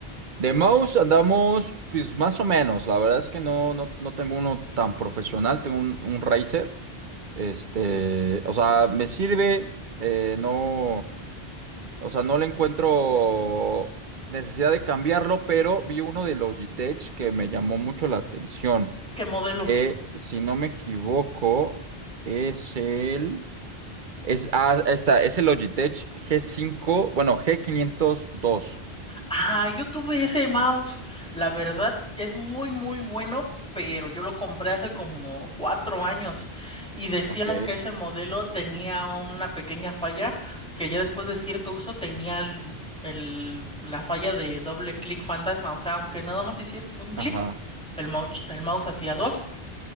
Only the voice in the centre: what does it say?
¿Qué modelo?
Ah, yo tuve ese mouse. La verdad es muy, muy bueno, pero yo lo compré hace como cuatro años y decían
que ese modelo tenía una pequeña falla que ya después de cierto uso tenía el, el- la falla de doble clic fantasma. O sea, aunque nada más hicieras un clic,
el mouse, el mouse hacía dos.